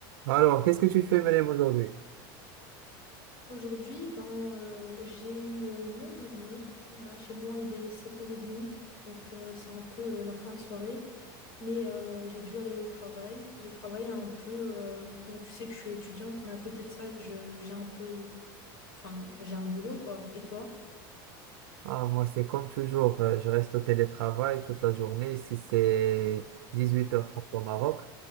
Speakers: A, on the right; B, on the left.
A: Alors, qu'est-ce que tu fais, Mélème, aujourd'hui?
B: Aujourd'hui, ben, euh, j'ai eu euh, une longue journée. Là, chez moi, il est 7h30, donc euh, c'est un peu euh, la fin de soirée. Mais euh, j'ai dû aller au travail. J'ai travaillé un peu. euh, bon, tu sais que je suis étudiante, mais à côté de ça, je, j'ai un peu. Enfin, j'ai un boulot, quoi. Et toi?
A: Ah, moi, c'est comme toujours, euh, je reste au télétravail toute la journée, ici c'est 18h30 au Maroc.